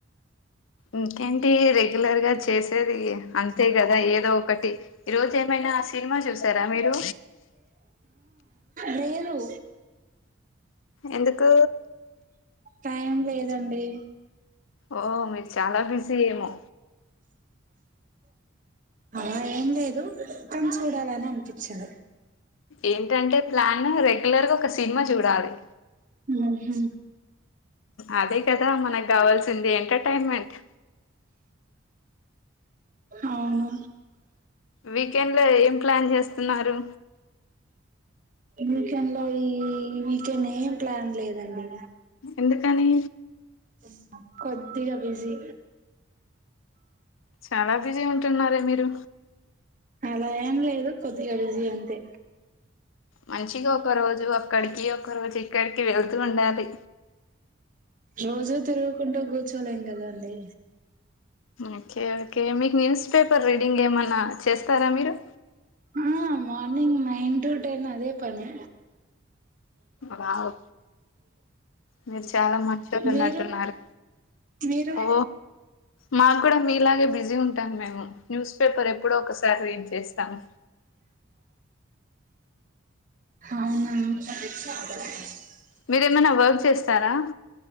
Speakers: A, on the left; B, on the right.
A: ఇంకేంటి <unintelligible> చేసేది అంతే గదా ఏదో ఒకటి. ఈ రోజు ఏమైనా సినిమా చూసారా మీరు.
B: లేరు
A: ఎందుకూ
B: టైం లేదండి.
A: ఓ మీరు చాలా బిజీ ఏమో.
B: అలా ఏం లేదు. కాని చూడాలని అనిపిచ్చింది.
A: ఏంటంటే ప్లాన్ నా రెగ్యులర్ గా ఒక సిన్మా చూడాలి.
B: ఊహు
A: అదే కదా మనక్ గావాల్సింది ఎంటర్టైన్మెంట్.
B: అవును
A: వీకెండ్ లో ఏం ప్లాన్ చేస్తున్నారు.
B: వీకెండ్లో ఈ వీకెన్ ఏం ప్లాన్ లేదండి.
A: ఎందుకని
B: <unintelligible> కొద్దిగా బిజీ
A: చాలా బిజీ ఉంటున్నారే మీరు
B: అలా ఏం లేదు. కొద్దిగా బిజీ అంతే
A: మంచిగా ఒక రోజు అ క్కడికి ఒక రోజ్ ఎక్కడిక్ వెళ్తూ ఉండాలి.
B: రోజూ తిరుగుకుంటూ కూర్చోలేం కదా అండి.
A: ఓకే ఓకే మీక్ న్యూన్స్ పేపర్ రీడింగ్ ఏమన్నా చేస్తారా మీరు.
B: ఆ మార్నింగ్ నైన్ టూ టెన్ అదే పని.
A: వావ్ మీరు చాలా మంచోళ్ళు ఉన్నట్టున్నారు
B: మీరు మీరు
A: ఓ మాకు కూడా మీలాగే బిజీ ఉంటాను మేము న్యూస్ పేపర్ ఎప్పుడో ఒకసారి రీడ్ చేస్తాను
B: అవునా <unintelligible>
A: మీరేమైనా వర్క్ చేస్తారా